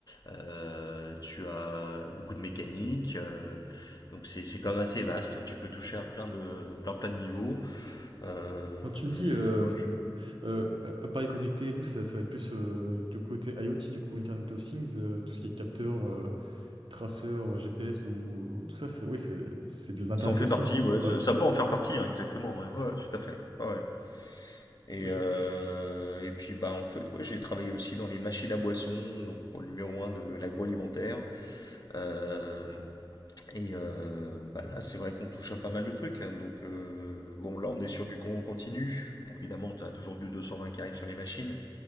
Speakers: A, on the left; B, on the right.
A: Euh, tu as beaucoup de mécanique, euh, donc c'est c'est quand même assez vaste. Tu peux toucher à plein de plein plein de niveaux. Euh,
B: Quand tu me dis euh,
A: je-
B: euh, appareil connecté et tout, ça, ça va être plus euh, du côté IoT, du coup Internet of Things, euh, tout ce qui est capteur, euh, traceur, GPS ou tout ça, c'est oui, c'est c'est de l'Internet
A: ça en fait
B: of
A: partie,
B: Things.
A: ouais.
B: Ouais.
A: Ça, ça peut en faire partie, hein, exactement. Ouais, ouais, ouais, tout à fait. Ouais. ouais. Et
B: Ok.
A: euh, et puis bah en fait, ouais, j'ai travaillé aussi dans les machines à boissons, donc pour le numéro un de l'agroalimentaire. Euh, et euh, bah là, c'est vrai qu'on touche à pas mal de trucs. hein. donc euh, bon, là, on est sur du con continu. Bon, évidemment, tu as toujours du 220 qui arrive sur les machines.